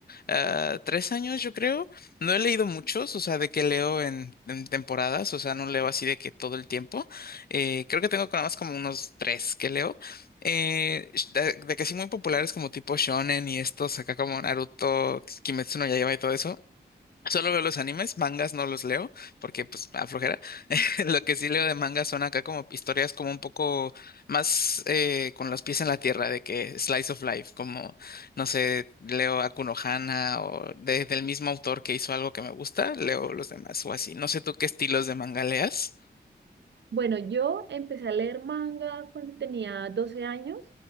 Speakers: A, on the left (about 55°); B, on the right (about 75°).
A: ah, tres años, yo creo. No he leído muchos, o sea, de que leo en, en temporadas, o sea, no leo así de que todo el tiempo. Eh, creo que tengo nada más como unos tres que leo. Eh, sh- de, de que sí muy populares como tipo shonen y estos acá como Naruto, Kimetsu no Yaiba y todo eso. Solo veo los animes, mangas no los leo porque pues me aflojera. <laughs> Lo que sí leo de mangas son acá como historias como un poco más eh, con los pies en la tierra de que slice of life, como no sé, leo a Kuno Hana o de- del mismo autor que hizo algo que me gusta, leo los demás o así. No sé tú qué estilos de manga leas.
B: Bueno, yo empecé a leer manga cuando tenía 12 años,